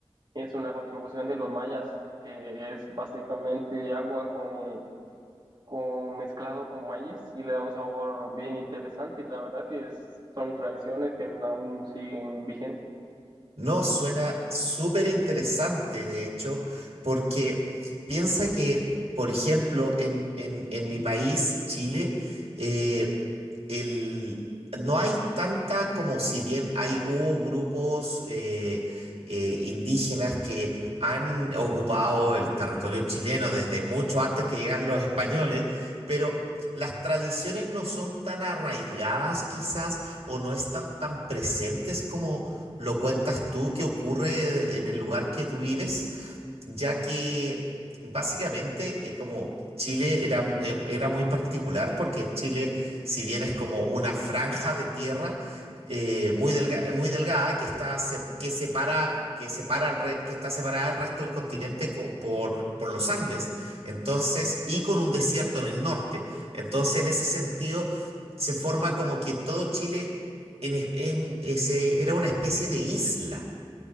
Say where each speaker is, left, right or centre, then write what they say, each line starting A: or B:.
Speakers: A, on the right; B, on the right.
A: es una contribución de los mayas, que es básicamente agua con, con mezclado con maíz y le da un sabor bien interesante. Y la verdad que es- son tradiciones que aún siguen vigentes.
B: No, suena súper interesante, de hecho, porque piensa que, por ejemplo, en, en- en mi país, Chile, eh, el- no hay tanta como si bien hay hubo grupos eh, eh, indígenas que han ocupado el territorio chileno desde mucho antes que llegaran los españoles, pero las tradiciones no son tan arraigadas quizás o no están tan presentes como lo cuentas tú que ocurre en el lugar que tú vives ya que básicamente eh, como Chile era, eh, era muy particular porque Chile, si bien es como una franja de tierra eh, muy delga- muy delgada que está se- que separa que separa al re- que está separada del resto del continente co- por, por los Andes, entonces y con un desierto en el norte, entonces en ese sentido se forma como que todo Chile en es- es- es- era una especie de isla.